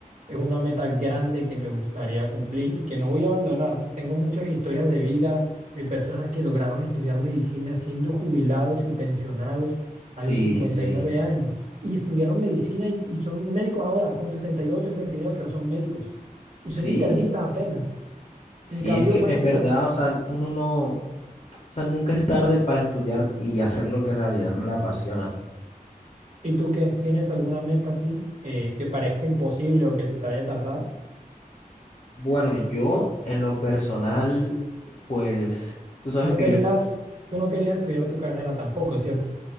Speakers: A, on the right; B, on the left.
A: es una meta grande que me gustaría cumplir y que no voy a abandonar. Tengo muchas historias de vida de personas que lograron estudiar medicina siendo jubilados y pensionados
B: Sí,
A: a los cincuenta
B: sí.
A: y nueve años y estudiaron medicina y, y son médicos ahora, con sesenta sesenta y ocho sesenta y nueve pero son médicos y
B: Sí,
A: son internistas apenas.
B: Sí,
A: En cambio,
B: es que
A: por
B: es
A: ejemplo,
B: verdad, o sea, uno no, o sea, nunca es tarde para estudiar y hacer lo que en realidad no le apasiona.
A: ¿y tú qué? ¿Tienes alguna meta así eh, que parezca imposible o que se te haya tardado?
B: Bueno, yo en lo personal, pues, tú sabes
A: No
B: que
A: querías,
B: yo, est-
A: tú no querías estudiar tu carrera tampoco, ¿cierto?